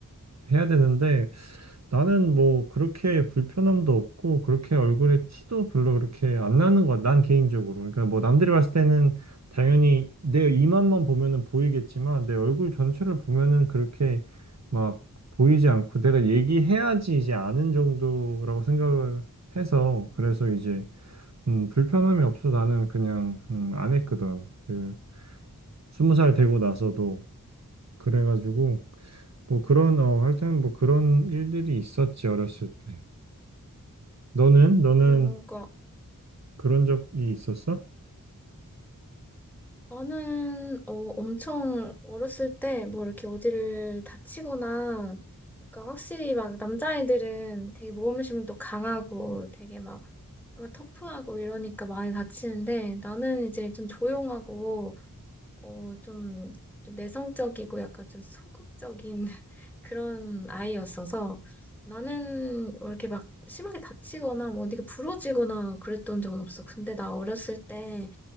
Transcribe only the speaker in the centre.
어, 그러니까
저는 어, 엄청 어렸을 때 뭐 이렇게 어디를 다치거나 그러니까 확실히 막 남자아이들은 되게 모험심도 강하고 되게 막, 막 터프하고 이러니까 많이 다치는데 나는 이제 좀 조용하고 어, 좀, 좀 내성적이고 약간 좀 소극적인 <laughs> 그런 아이였어서 나는 뭐 이렇게 막 심하게 다치거나 뭐 어디가 부러지거나 그랬던 적은 없어. 근데 나 어렸을 때